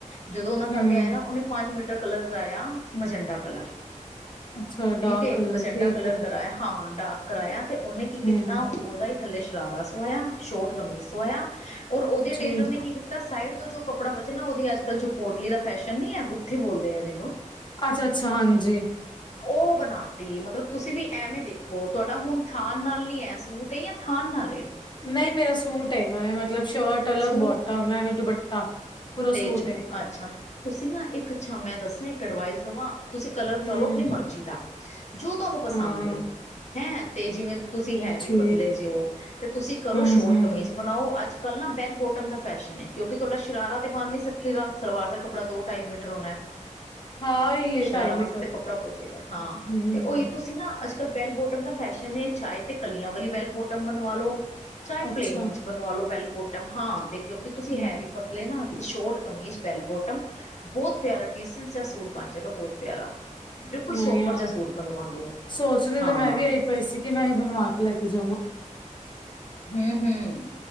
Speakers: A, on the left; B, on the left.
A: ਜਦੋਂ ਓਨਾਂ
B: ਹਮ
A: ਘਰ ਵਿਆ ਆਇਆ ਨਾ, ਓਨੇ ਪੰਜ ਮੀਟਰ ਕਲਰ ਕਰਾਇਆ, ਮਜੈਂਟਾ ਕਲਰ।
B: ਅੱਛਾ
A: ਠੀਕ
B: ਡਾਰਕ
A: ਏ,
B: ਕਲਰ
A: ਮਜੰਟਾ
B: ਠੀਕ
A: ਕਲਰ
B: ਹੈ
A: ਕਰਾਇਆ, ਹਾਂ ਡਾਰਕ ਕਰਾਇਆ ਤੇ ਓਨੇ ਕੀ ਕੀਤਾ
B: ਹਮ
A: ਓਦਾ ਈ ਥੱਲੇ ਸ਼ਰਾਰਾ ਸਵਾਇਆ, ਸ਼ੌਟ ਕਮੀਜ਼ ਸਵਾਇਆ ਔਰ ਓਦੇ
B: ਠੀਕ
A: ਟੇਲਰ ਨੇ ਕੀ ਕੀਤ ਤਾਂ ਸਾਈਡ ਤੋਂ ਜੋ ਕੱਪੜਾ ਬਚਿਆ ਨਾ ਓਦੀ ਅੱਜ-ਕੱਲ ਜੋ ਪੋਟਲੀ ਦਾ ਫੈਸ਼ਨ ਨੀ ਐ ਗੁੱਥੀ ਬੋਲਦੇ ਐ ਜਿਨੂੰ
B: ਅੱਛਾ, ਅੱਛਾ ਹਾਂਜੀ।
A: ਓ ਬਣਾ ਤੀ, ਮਤਲਬ ਤੁਸੀਂ ਵੀ ਐਵੇਂ ਦੇਖੋ ਤੁਆਡਾ ਹੁਣ ਥਾਣ ਨਾਲ ਨੀ ਐ ਸੂਟ ਐ ਜਾਂ ਥਾਨ ਨਾਲ ਐ।
B: ਨਈਂ ਮੇਰਾ ਸੂਟ ਹੈਗਾ ਐ, ਮਤਲਬ ਸ਼ਰਟ ਅਲੱਗ
A: ਸੂਟ
B: ਬੋਟਮ, ਹੈਵੀ ਦੁਪੱਟਾ। ਪੂਰਾ
A: ਤੇ
B: ਸੂਟ
A: ਚ
B: ਏ
A: ਅੱਛਾ। ਤੁਸੀਂ ਨਾ ਇੱਕ ਅੱਛਾ ਮੈਂ ਦੱਸਾਂ, ਇੱਕ ਅਡਵਾਈਸ ਦਵਾਂ, ਤੁਸੀਂ ਕਲਰ
B: ਹੂੰ
A: ਕਰ ਲੋ ਅਪਣੀ ਮਰਜ਼ੀ ਦਾ। ਜੋ ਤੁਆਨੂੰ ਪਸੰਦ
B: ਹਾਂ
A: ਏ, ਹੈਂ ਤੇ ਜਿਵੇਂ ਤੁਸੀਂ ਹੈ ਵੀ
B: ਠੀਕ
A: ਪਤਲੇ ਜਿਓ ਤੇ ਤੁਸੀਂ ਕਰੋ
B: ਹੂੰ-ਹੂੰ
A: ਸ਼ੋਰਟ-ਕਮੀਜ਼ ਬਣਾਓ, ਅੱਜ-ਕੱਲ ਨਾ ਬੈੱਲ-ਬੋਟਮ ਦਾ ਫੈਸ਼ਨ ਏ, ਕਿਉਂਕਿ ਤੁਆਡਾ ਸ਼ਰਾਰਾ ਤੇ ਬਣ ਨੀ ਸਕੇਗਾ, ਸਲਵਾਰ ਦਾ ਕੱਪੜਾ ਦੋ-ਢਾਈ ਮੀਟਰ ਹੋਣੈ।
B: ਹਾਂ ਓਹੀ
A: ਸ਼ਰਾਰਾ
B: ਢਾਈ
A: ਵਾਸਤੇ
B: ਮੀਟਰ
A: ਤਾਂ ਕੱਪੜਾ ਬੋਹ ਚਾਈਦੈ, ਹਾਂ
B: ਹੂੰ
A: ਤੇ ਓਈ ਤੁਸੀਂ ਨਾ ਅਜ ਕੱਲ ਬੈੱਲ-ਬੋਟਮ ਦਾ ਫੈਸ਼ਨ ਐ, ਚਾਹੇ ਤੇ ਕਲੀਆਂ ਵਾਲੀ ਬੈੱਲ-ਬੋਟਮ ਬਣਵਾ ਲੋ ਚਾਹੇ
B: ਅੱਛਾ
A: ਪਲੇਨ ਵਿੱਚ ਬਣਵਾ ਲੋ, ਬੈੱਲ-ਬੋਟਮ ਹਾਂ ਤੇ ਕਿਉਂਕਿ ਤੁਸੀਂ
B: ਹੂੰ
A: ਹੈ ਵੀ ਪਤਲੇ ਨਾ। ਤੇ ਸ਼ੋਰਟ ਕਮੀਜ਼ ਬੈੱਲ-ਬੋਟਮ, ਬੋਤ ਪਿਆਰਾ ਡੀਸੈਂਟ ਜਾਂ ਸੂਟ ਬਣ ਜਾਏਗਾ, ਬੋਤ ਪਿਆਰਾ। ਬਿਲਕੁਲ
B: ਨਹੀਂ
A: ਸੋਬਰ
B: ਹਾਂ
A: ਜਾ ਸੂਟ ਬਣਵਾ ਲੋ,
B: ਸੋਚਦੀ
A: ਹਾਂ।
B: ਤੇ ਮੈਂ ਵੀ ਇਹੀ ਪਈ ਸੀ ਕਿ ਮੈਂ ਏਹੀ ਬਣਵਾ ਕੇ ਲੈ ਕੇ ਜਾਵਾਂ।
A: ਹੂੰ-ਹੂੰ,